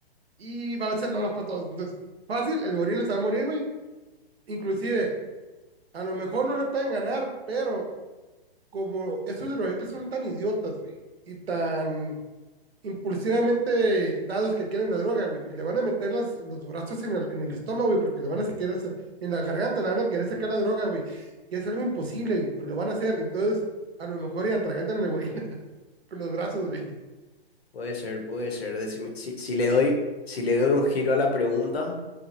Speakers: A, on the right; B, on the left.
A: y va a ser más para todos. Entonces, fácil, el gorila se va a morir, güey. Inclusive, a lo mejor no le pueden ganar, pero como esos drogadictos son tan idiotas, güey, y tan impulsivamente dados que quieren la droga, güey, que le van a meter las- los brazos en el, en el estómago, güey, porque le van a sacar esa- en la garganta, le van a querer sacar la droga, güey, que es algo imposible, güey, pero lo van a hacer. Entonces, a lo mejor y atragantan al gorila con los brazos, güey. <laughs>
B: Puede ser, puede ser. Decime, si, si le doy, si le doy un giro a la pregunta,